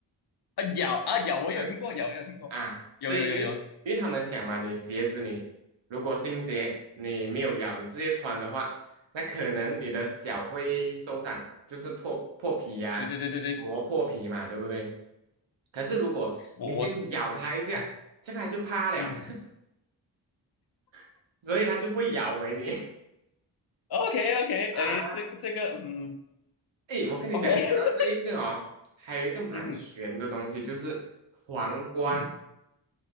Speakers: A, on the left; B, on the right.
A: 啊咬啊咬，
B: <laughs>，
A: 我有听过咬，
B: 对
A: 我有听过，
B: 啊，
A: 有有有有，
B: 对，因为因为他们讲嘛，你鞋子你如果新鞋你没有咬，你直接穿的话，那可能你的脚会受伤，就是脱破皮呀、
A: 对对对对对，
B: 磨破皮嘛，对不对？可是如果你先咬它一下，
A: 我我啊
B: 这样它就怕了，
A: 嗯
B: <laughs> 所以它就不会咬回你
A: ，OK OK，
B: <laughs>
A: 哎，
B: 啊。
A: 这这个嗯
B: 诶，我跟你讲，
A: ，OK，
B: 讲到这一个哦，
A: <laughs>
B: 还有一个蛮玄的东西，
A: 嗯哼
B: 就是黄瓜
A: 嗯哼，